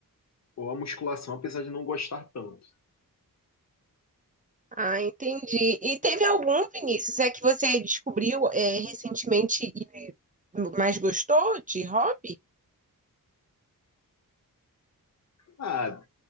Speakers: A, on the left; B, on the right.
A: ou a musculação, apesar de não gostar tanto.
B: Ah, entendi. E teve algum, Vinícius, é que você descobriu é, recentemente e mais gostou de hobby?
A: Ah,